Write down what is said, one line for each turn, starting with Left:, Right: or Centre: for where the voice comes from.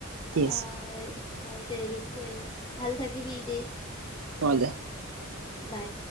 Right: ঠিক আছে
Left: অ', হয় দে নিশ্চয় ভাল থাকিবি দে।
Right: অ', দে।
Left: বাই।